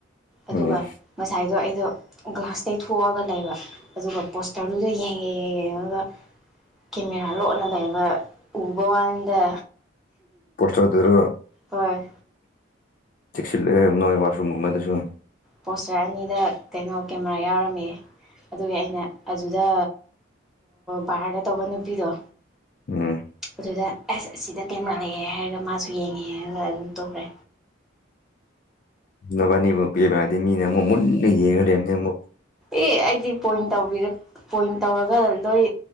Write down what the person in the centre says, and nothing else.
ꯑꯗꯨꯒ
ꯉꯁꯥꯏꯗꯣ ꯑꯩ ꯑꯗꯨꯗꯣ ꯒ꯭ꯂꯥꯁ ꯇꯩꯊꯣꯛꯑꯒ ꯂꯩꯕ ꯑꯗꯨꯒ ꯄꯣꯁꯇꯔꯗꯨꯗ ꯌꯦꯡꯉꯦ ꯌꯦꯡꯉꯒ ꯀꯦꯃꯦꯔꯥ ꯂꯣꯟꯠꯅ ꯂꯩꯕ ꯎꯕ ꯋꯥꯥꯅꯤꯗ
ꯍꯣꯏ
ꯄꯣꯁꯇꯔ ꯑꯅꯤꯗ ꯀꯩꯅꯣ ꯀꯦꯃꯦꯔꯥ ꯌꯥꯎꯔꯝꯃꯤ ꯑꯗꯨꯒꯤ ꯑꯩꯅ ꯑꯗꯨꯗ ꯕꯥꯔꯗ ꯇꯧꯕ ꯅꯨꯄꯤꯗꯣ
ꯑꯗꯨꯗ ꯑꯦꯁ ꯑꯁꯤꯗ ꯀꯦꯃꯦꯔꯥ ꯂꯑꯦ ꯍꯥꯏꯔꯒ ꯃꯥꯁꯨ ꯌꯦꯡꯉꯦ ꯑꯗꯨꯒ ꯑꯗꯨꯝ ꯇꯣꯛꯈ꯭ꯔꯦ
ꯑꯦ ꯑꯩꯗꯤ ꯄꯣꯏꯟ ꯇꯧꯕꯤꯔ ꯄꯣꯏꯟ ꯇꯧꯔꯒ ꯂꯣꯏ